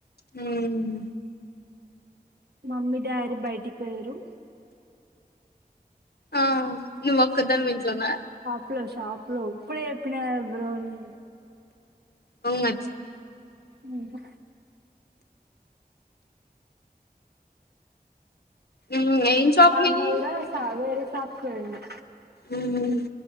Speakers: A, on the left; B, on the right.
A: హమ్మ్
B: మమ్మీ డాడీ బయటికి పోయిరు
A: ఆ నువ్ ఒక్కదని వింట్లోన్న
B: ప్లో షాప్ లో ఇప్పుడే చెప్పిన గ బ్రోఅని
A: అవునా
B: హ్మ్మ్
A: ఉమ్ ఏం షాప్
B: మొన్న
A: మీది
B: కూడా కూడా వేరే షాప్ కీ పోయింది
A: ఉహ్మ్మ్